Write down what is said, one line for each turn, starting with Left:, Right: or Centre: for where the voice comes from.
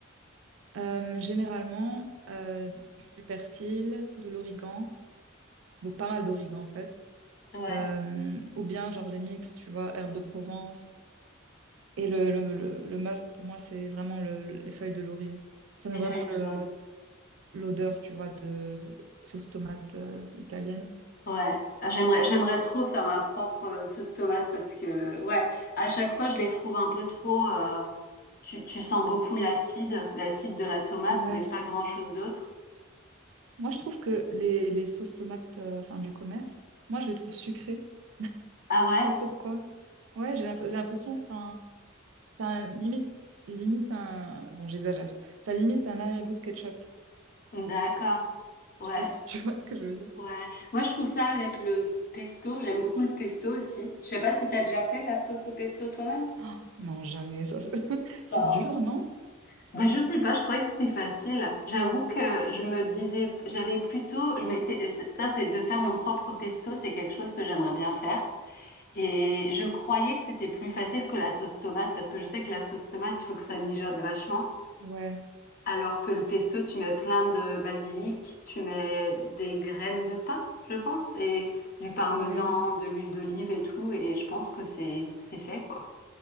Right: Euh, généralement, euh, du persil, de l'origan, ou pas mal d'origan en fait,
Left: Ouais,
Right: Euh, ou bien genre les mix, tu vois, herbes de Provence. Et le, le, le, le must pour moi, c'est vraiment le- le- les feuilles de laurier. Ça donne
Left: les
Right: vraiment
Left: feuilles de
Right: le,
Left: laurier.
Right: l'odeur, tu vois, de sauce tomate euh, italienne.
Left: Ouais, Ah, j'aimerais j'aimerais trop faire ma propre euh, sauce tomate parce que ouais, à chaque fois je les trouve un peu trop euh, tu tu sens beaucoup l'acide, l'acide de la tomate
Right: Ouais,
Left: mais pas
Right: c'est
Left: grand-chose
Right: vrai.
Left: d'autre.
Right: Moi, je trouve que les, les sauces tomates euh, enfin, du commerce, moi, je les trouve sucrées.
Left: Ah ouais?
Right: Je sais pas pourquoi. Ouais, j'ai l'imp- j'ai l'impression, enfin. Ça limite, limite un. Bon, j'exagère. Ça limite un arrière-goût de ketchup.
Left: D'accord. Ouais,
Right: Je sais pas si tu <laughs> vois ce que je veux dire.
Left: ouais. Moi je trouve ça avec le pesto, j'aime beaucoup le pesto aussi. Je sais pas si t'as déjà fait de la sauce au pesto toi-même?
Right: Oh, non, jamais. Ça, c'est <laughs> c'est
Left: Bon,
Right: dur, non?
Left: Bah, je sais pas, je croyais que c'était facile. J'avoue que je me disais, j'avais plutôt, je m'étais, ça c'est de faire mon propre pesto, c'est quelque chose que j'aimerais bien faire. Et je croyais que c'était plus facile que la sauce tomate, parce que je sais que la sauce tomate, il faut que ça mijote vachement.
Right: Ouais,
Left: Alors que le pesto, tu mets plein de basilic, tu mets des graines de pain, je pense, et du parmesan,
Right: ouais.
Left: de l'huile d'olive et tout, et je pense que c'est, c'est fait, quoi.